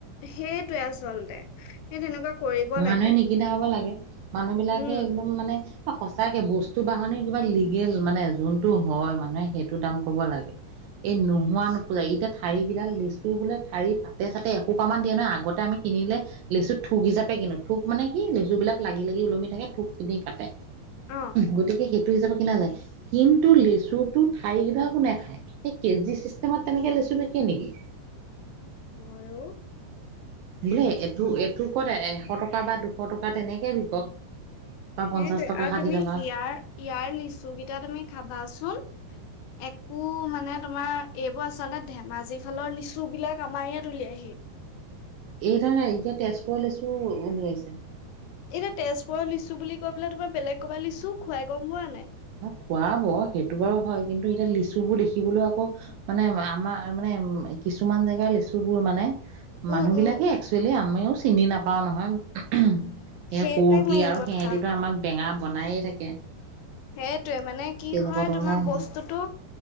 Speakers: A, on the left (about 80°); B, on the right (about 80°).
A: সেইটোৱে আচলতে সেই তেনেকুৱা কৰিব
B: মানুহে
A: লাগে
B: নিকিনা হব লাগে। মানুহ বিলাকে
A: উম
B: একদম মানে সঁচাকে বস্তু বাহনিৰ কিবা লিগেল মানে যোনটো হয় মানুহে সেইটো দাম কব লাগে। এই নোহোৱা
A: সঁচ-
B: নোপুজায় ইতিয়া ঠাৰি কেইডাল লেচু বোলে ঠাৰি পাতে চাতে এশোপা মান দিয় নহয় আগতে আমি কিনিলে লিচু থুক হিচাপে পি কিনো থোক মানে কি লেচু বিলাক লাগি লাগি ওলমি থাকে থোক কিনি কাটে
A: অ
B: গতিকে সেইটো হিচাপে কিনা যায় কিন্তু লেচুটো ঠাইকেইডাল কোনে খায় সেই কেজি চিষ্টেমত তেনেকে লেচু বিকে নেকি?
A: হয় ও
B: বলে এইটো এইটো ক'ত? এশ টকা বা দুশ টকা তেনেকে বিকক বা পঞ্চাশ
A: সেইটোৱে
B: টকা
A: আৰু
B: ষাঠি
A: তুমি
B: টকা
A: ইয়াৰ ইয়াৰ লিচু কেইটা তুমি খাবাচোন। একো মানে তোমাৰ এইবোৰ আচলতে ধেমাজি ফালৰ লিচু বিলাক আমাৰ ইয়াত উলিয়াইহি
B: এই ত নাই এতিয়া তেজপুৰ লিচু ওলাইছে।
A: এতিয়া তেজপুৰত লিচু বুলি কৈ পেলাই তোমাৰ বেলেগ ক'বাত লিচু খুৱাই গম হোৱা নাই।
B: খুৱ ব সেইটো বাৰু হয় কিন্তু এতিয়া লিচু বোৰ দেখিবলৈ আকৌ মানে আমাৰ মানে উ কিছুমান জেগা লিচু। তুবোৰ মানে <inaudible> মানুহ
A: উম
B: বিলাকে
A: উম
B: এক্চুৱেলি আমিও চিনি নাপাওঁ নহয়। ওহহ স
A: সেইটোৱে
B: কৰ্ কি
A: মেইন
B: আৰু
A: কথা
B: সিহঁতিতো আমাক বেঙা বনায়েই থাকে।
A: সেইটোৱে মানে কি
B: তেনেকুৱা
A: হয়
B: ধৰণৰ
A: তোমাৰ বস্তুতটো
B: হয়।